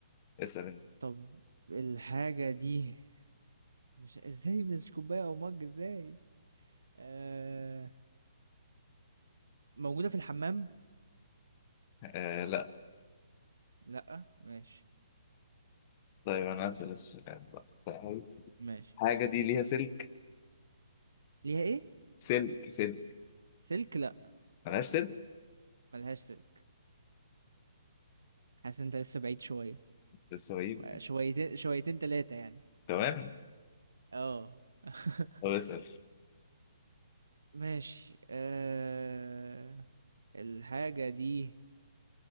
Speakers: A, on the left; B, on the right.
A: اسأل انت
B: طب الحاجة دي مش ازاي مش كوباية او مج ازاي آه... موجودة في الحمام
A: آه لا
B: لا ماشي
A: طيب أنا هسأل السؤال بقى طيب
B: ماشي
A: الحاجة دي ليها سلك
B: ليها ايه
A: سلك سلك
B: سلك لا
A: ملهاش سلك
B: ملهاش سلك حاسس انت لسه بعيد شوية
A: بس هو ايه.
B: شويتين شويتين تلاتة يعني
A: تمام
B: اه <laughs>
A: طب اسأل
B: ماشي آه... الحاجة دي